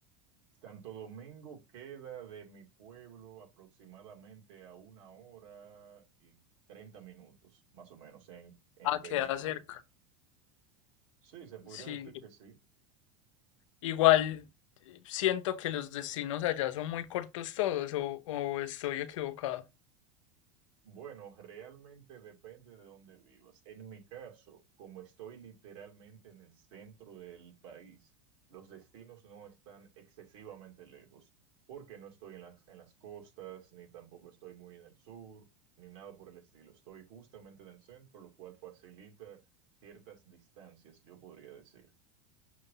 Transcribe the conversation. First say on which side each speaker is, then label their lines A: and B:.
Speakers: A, on the right; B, on the left.
A: Santo Domingo queda de mi pueblo aproximadamente a una hora y 30 minutos, más o menos, en, en
B: Ah, queda
A: vehículo.
B: cerca.
A: Sí, se podría
B: Sí.
A: decir que sí.
B: Igual eh, siento que los destinos allá son muy cortos todos o, o estoy equivocado.
A: Bueno, realmente depende de dónde vivas. En mi caso, como estoy literalmente en el centro del país, los destinos no están excesivamente lejos, porque no estoy en las, en las costas, ni tampoco estoy muy en el sur, ni nada por el estilo. Estoy justamente en el centro, lo cual facilita ciertas distancias, yo podría decir.